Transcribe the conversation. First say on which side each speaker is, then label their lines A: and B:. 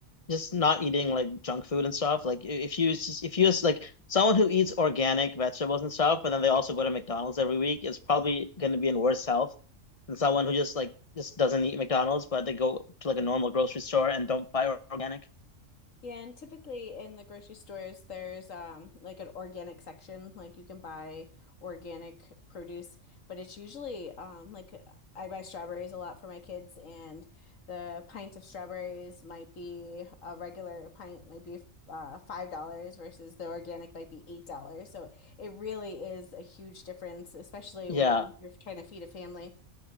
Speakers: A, on the left (about 30°); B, on the left (about 75°).
A: just not eating like junk food and stuff. Like i- if you s- if you s- like someone who eats organic vegetables and stuff, but then they also go to McDonald's every week is probably going to be in worse health than someone who just like just doesn't eat McDonald's, but they go to like a normal grocery store and don't buy or- organic.
B: Yeah, and typically in the grocery stores, there's um like an organic section, like you can buy organic produce, but it's usually um like I buy strawberries a lot for my kids, and the pint of strawberries might be a regular pint might be uh five dollars versus the organic might be eight dollars. So it really is a huge difference, especially
A: Yeah.
B: when you're trying to feed a family.